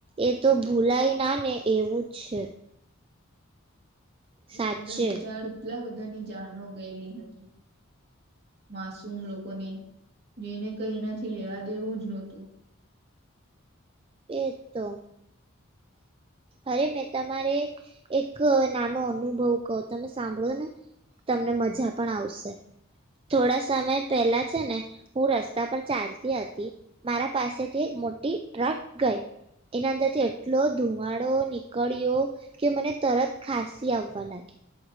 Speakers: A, on the right; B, on the right.
A: એ તો ભૂલાય ના ને એવું જ છે. સાચે
B: એના અંદર બિચારા એટલા બધાની જાનો ગયેલી હે. માસૂમ લોકોની, જેને કઈ એનાથી લેવા દેવું જ નહતું.
A: એજ તો. અરે મેં તમારે એક નાનો અનુભવ કહો, તમે સાંભળો ને, તમને મજા પણ આવશે. થોડા સમય પહેલા છે ને હું રસ્તા પર ચાલતી હતી, મારા પાસેથી એક મોટી ટ્રક ગઈ. એના અંદરથી એટલો ધુવાડો નીકળ્યો, કે મને તરત ખાંસી આવવા લાગી.